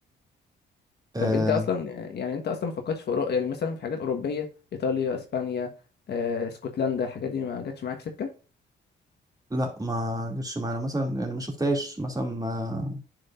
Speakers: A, on the right; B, on the left.
A: آه
B: طب انت اصلا يعني انت اصلا ما فكرتش في أورو... يعني مثلا في حاجات اوروبيه ايطاليا اسبانيا آه، اسكتلندا الحاجات دي ما جاتش معاك سكه
A: لا ما جرش معانا مثلا يعني ما شفتهاش مثلا ما